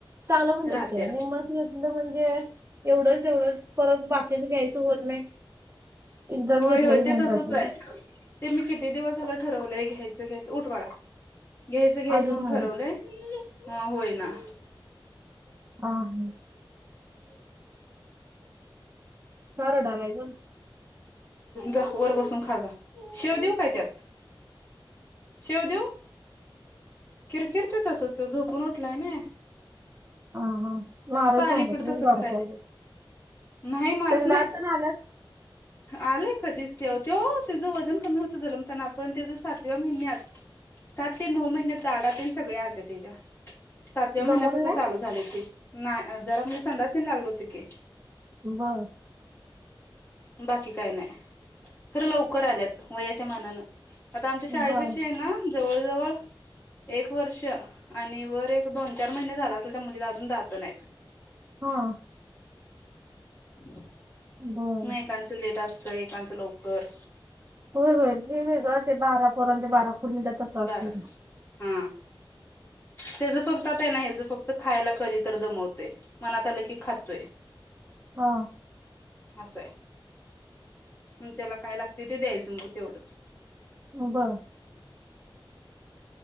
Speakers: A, on the right; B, on the left.
A: चांगलं पण दिसतय
B: राहत्या
A: आणि म्हणजे एवढंच एवढंच परत बाकीच घ्यायचं होत नाही एकदाच
B: होय
A: घेतलेलं
B: होय
A: घेऊन
B: ते तसच
A: जाते
B: हाय
A: ना
B: ते मी किती दिवस झालं ठरवलंय घ्यायचं घ्यायचं उठ बाळा घ्यायचं घ्यायचं
A: अजून
B: म्हणून
A: व्हायला
B: ठरवलंय हा होय ना
A: अ हां का रडालाय तो
B: जा वर बसून खाजा शेव देऊ काय त्यात शेव देवू? किरकिरतोय तसंच तो झोपून उठलाय नाही
A: ह <inaudible> हा हा मारत
B: अलीकडे
A: जाऊ नको
B: तसं
A: जरा बारकं
B: करायला
A: हाय ते
B: नाही मारत
A: त्याला
B: नाही
A: दात तेन आल्यात <inaudible>
B: आलंय कधीच त्यो त्यो त्याचं वजन कमी होतं जलमताना पण त्याच सातव्या महिन्यात
A: <inaudible>
B: सात ते नऊ महिन्यात दाडा तेन सगळ्या आलत्या त्याच्या सातव्या महिन्यापासून
A: दमवलं नाही
B: चालू झालय ते नाही जरा म्हणे संडास तेन लागल होत की
A: बरं
B: बाकी काय नाही खरं लवकर आल्यात वयाच्या मानानं आता आमच्या शाळेपाशी
A: बर
B: आहे ना जवळ जवळ एक वर्ष आणि वर एक दोन चार महिने झाला असेल त्या मुलीला अजून दात नाहीत
A: हा
B: <inaudible>
A: बरं
B: एकेकाचं लिट असतंय एकेकाचं लवकर
A: होय होय ते वेगळं असतय बारा पोरांचं बारा कोर्ण तसं असतंय
B: बारा
A: ते
B: हा त्याच फक्त आता आहे ना हेच फक्त खायला कधी तर दमवतय मनात आलं की खातोय
A: हा
B: असंय त्याला काय लागतय ते द्यायचं मग तेवढंच
A: बर
B: <inaudible>